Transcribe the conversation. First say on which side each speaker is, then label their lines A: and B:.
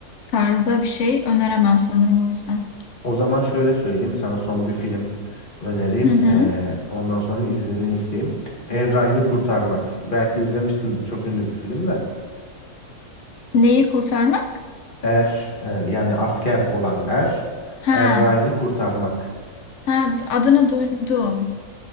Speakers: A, on the left (about 70°); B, on the left (about 30°).
A: tarzda bir şey öneremem sanırım o yüzden.
B: O zaman şöyle söyleyeyim sana son bir film önereyim.
A: Hı hı.
B: Ee, ondan sonra iznini isteyeyim. Er Ryan'ı Kurtarmak. Belki izlemişsindir çok ünlü bir film de.
A: Neyi kurtarmak?
B: Er e, yani asker olan Er.
A: Ha,
B: Er Ryan'ı Kurtarmak.
A: ha adını duydum.